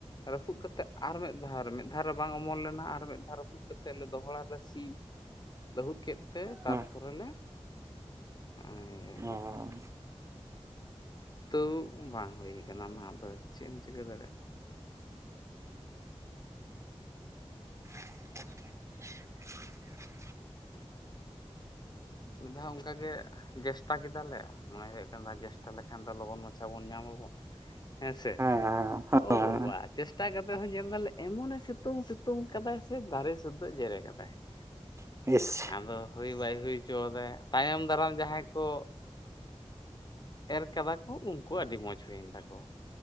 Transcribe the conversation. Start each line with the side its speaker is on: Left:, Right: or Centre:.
Left: ᱨᱟᱹᱯᱩᱫ ᱠᱟᱛᱮᱜ ᱟᱨ ᱢᱤᱫ ᱫᱷᱟᱣ ᱢᱤᱫ ᱫᱷᱟᱣ ᱨᱮ ᱵᱟᱝ ᱚᱢᱚᱱ ᱞᱮᱱᱟ ᱟᱨ ᱢᱤᱫ ᱫᱷᱟᱣ ᱨᱟᱹᱯᱩᱫ ᱠᱟᱛᱮᱜ ᱫᱚᱦᱲᱟᱞᱮ ᱥᱤ <inaudible> ᱞᱟᱹᱦᱩᱫ ᱠᱮᱫ ᱛᱮ ᱛᱟᱨᱯᱚᱨ
Right: ᱦᱩᱸ
Left: ᱞᱮ ᱤᱭᱟᱹ
Right: ᱦᱩᱸ
Left: ᱛᱚ ᱵᱟᱝ ᱦᱩᱭ ᱠᱟᱱᱟ ᱚᱱᱟ ᱟᱫᱚ ᱪᱮᱫ ᱮᱢ ᱪᱤᱠᱟᱹ ᱫᱟᱲᱮᱭᱟᱜᱼᱟ
Right: <inaudible>
Left: ᱢᱤᱫ ᱫᱷᱟᱣ ᱚᱱᱠᱟᱜ ᱜᱮ ᱡᱮᱥᱴᱟ ᱠᱮᱫᱟᱞᱮ ᱢᱚᱱᱮ ᱦᱩᱭᱩᱜ ᱠᱟᱱᱟ ᱡᱮᱥᱴᱟ ᱞᱮᱠᱷᱟᱱ ᱫᱚ ᱞᱚᱜᱚᱱ ᱢᱟᱪᱷᱟ ᱵᱚᱱ ᱧᱟᱢ ᱟᱵᱚᱱ ᱦᱮᱸ ᱥᱮ
Right: ᱦᱮᱸ ᱦᱮᱸ
Left: ᱳ ᱵᱟᱵᱟ, ᱪᱮᱥᱴᱟ ᱠᱟᱛᱮᱜ ᱦᱚᱸ ᱧᱮᱞ ᱫᱟᱞᱮ ᱮᱢᱚᱱᱮ ᱥᱤᱛᱩᱝ ᱥᱤᱛᱩᱝ ᱠᱟᱫᱟᱭ ᱥᱮ ᱫᱟᱨᱮ ᱥᱩᱫᱽᱫᱷᱟᱸᱭ ᱡᱮᱨᱮᱫ ᱠᱟᱫᱟᱭ <inaudible>
Right: <inaudible>
Left: ᱟᱫᱚ ᱦᱩᱭ ᱵᱟᱭ ᱦᱩᱭ ᱦᱚᱪᱚᱫᱟᱭ ᱛᱟᱭᱚᱢ ᱫᱟᱨᱟᱢ ᱡᱟᱦᱟᱸᱭ ᱠᱚ ᱮᱨ ᱠᱟᱫᱟ ᱠᱚ ᱩᱱᱠᱩ ᱟᱜ ᱟᱹᱰᱤ ᱢᱚᱸᱡᱽ ᱦᱩᱭᱮᱱ ᱛᱟᱠᱚ